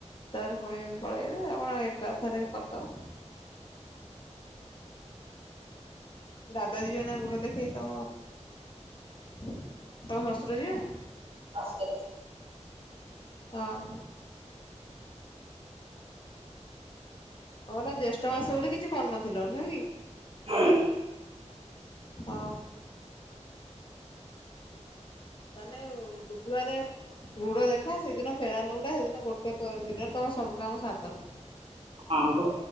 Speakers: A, on the left; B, on the right.
A: ତାର ପୁଣି ପଳେଇବେ ଆଉ କଣ ଏକାଥରେ କରିଦବା। ଦାଦା ଯିବେ ନା ଗୋଡ ଦେଖେଇ ତମ। ତମ ଶ୍ୱଶୁର ଯିବେ।
B: ଆସଥରେ
A: ହଁ। ଏଇଟା ଜ୍ୟେଷ୍ଟ ମାସ ବୋଲି କିଛି କରୁନଥିଲ। ନୁହେଁ କି?
B: ହୁଁ।
A: ହଁ। ତାହେଲେ ବୁଧବାରେ। ଗୁଡ ଦେଖା ସେଇଦିନ ଫେରା ନଉଟା ସେଦିନ ଗୋଟେ ଦିନରେ ତମେ ସବୁ କାମ ସାରିଦେବ।
B: ହଁପା।